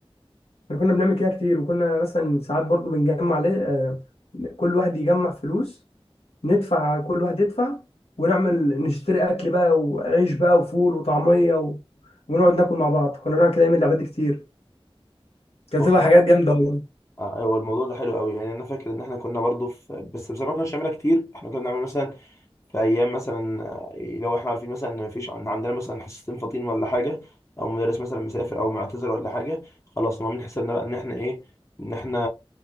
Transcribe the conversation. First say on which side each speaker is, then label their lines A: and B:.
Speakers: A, on the left; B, on the left.
A: احنا كنا بنعمل كده كتير وكنا مثلا ساعات برضو بنجمع ليه آه، كل واحد يجمع فلوس ندفع كل واحد يدفع ونعمل نشتري أكل بقى وعيش بقى وفول وطعمية و... ونقعد ناكل مع بعض كنا بنعمل كده أيام الأعداد كتير كانت
B: هو
A: بتبقى
B: بصراحة
A: حاجات جامدة والله
B: آه، هو الموضوع ده حلو قوي يعني انا فاكر ان احنا كنا برضو في بس بصراحه ما كناش بنعملها كتير احنا كنا بنعمل مثلا في ايام مثلا آه، لو احنا عارفين مثلا ان مفيش عن- عندنا مثلا حصتين فاضيين ولا حاجه او مدرس مثلا مسافر او معتذر ولا حاجه خلاص نقوم عاملين حسابنا بقى ان احنا ايه ان احنا